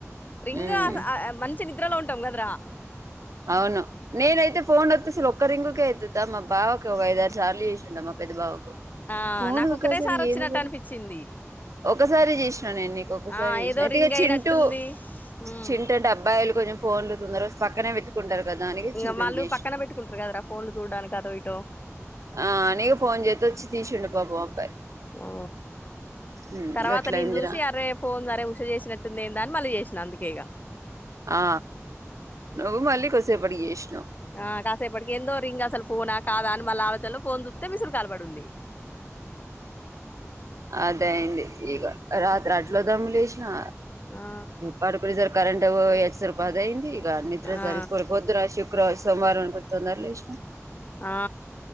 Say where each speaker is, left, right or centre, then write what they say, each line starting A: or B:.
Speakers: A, on the left; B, on the right.
A: రింగ్
B: ఉమ్
A: అస్ ఆ మంచి నిద్రలో ఉంటాం కదరా
B: అవును నేనైతే ఫోన్ అత్త సల్ ఒక్క రింగకే ఏ తుతా మా భావ ఒక ఐదు ఆరు సార్లు చేసి నిన్న మా పెద్ద బావకు
A: ఆ
B: ఫోన్
A: నాకు
B: ఒకాసారీ
A: ఒకటేసారి వచ్చినట్టు
B: ఎందుకు
A: అనిపించింది
B: ఒకసారి చేసినా నేను నీకు ఒకసారి
A: ఆ
B: చేసిన
A: ఏదో
B: ఐతే
A: రింగ్
B: ఇగ చింటూ
A: అయినట్టుంది ఉమ్
B: చింట డబ్బాయిలు నేన్ ఫోన్లు తొందర పక్కనే పెట్ కదానికె
A: ఇంగ
B: చింటు
A: వాళ్ళు
B: కు చేస్
A: పక్కన పెట్టుకుంటారు కదరా ఫోన్లు చూడ్డానికి అటో ఇటో
B: ఆ అనే ఇగ ఫోన్ చేసి వచ్చి తీశిండు పాపం ఆ అబ్బాయి
A: ఆ
B: ఉమ్,
A: తర్వాత
B: గట్లయిందిరా
A: నేను చూసి అరే ఫోన్ సరే ఉష్ చేసినట్టుంద ఏంద అని మళ్ళీ చేసినా అందుకే ఇగ
B: ఆ నువ్వు మళ్ళీ కొసేపటికి చేసినవ్
A: ఆ కాసేపటికి ఎందో రింగ్ అసలు ఫోనా కాదా అని మళ్ళ ఆలోచనలో ఫోన్ చూతే మిసుడు కాల్పడి ఉంది <inaudible> <inaudible>
B: అదయింది ఇక రాత్రి అట్ల దమ్ము లెసినా
A: ఆ
B: పడుకుడి సరి కరెంట్ ఒయచ్చేసరికి పదయింది ఇగ నిద్ర
A: ఆ
B: సరిపోలే కొద్దు రాసి క్ర సోమవారం రోజు తొందర లెసిన
A: ఆ